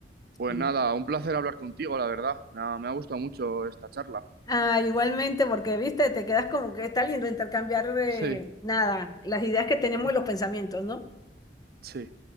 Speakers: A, on the right (about 60°); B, on the left (about 20°).
A: Pues
B: Y,
A: nada, un placer hablar contigo, la verdad. Nada, me ha gustado mucho esta charla.
B: ah, igualmente, porque viste, te quedas como que está lindo intercambiar, eh,
A: Sí,
B: nada, las ideas que tenemos
A: <laughs>
B: y los pensamientos, ¿no?
A: sí.